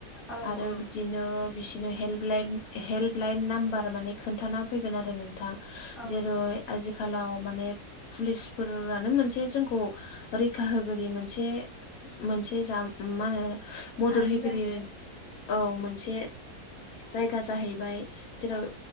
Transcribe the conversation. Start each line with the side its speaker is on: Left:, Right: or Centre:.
Centre: औ
Left: आरो
Centre: औ
Left: बिदि बिदिनो बिसिनो हेल्प हेल्प लाइन नाम्बार माने खोनथाना फैगोन आरो नोंथां
Centre: औ
Left: जेरै
Centre: औ
Left: आजि आथिखालाव माने पुलिसफोरानो मोनसे जोंखौ रैखा होगिरि मोनसे मोनसे जा मा होनो
Centre: बिफानो
Left: मदरहोगिरि
Centre: जाहैबाय
Left: औ मोनसे जायगा जाहैबाय जेराव
Centre: औ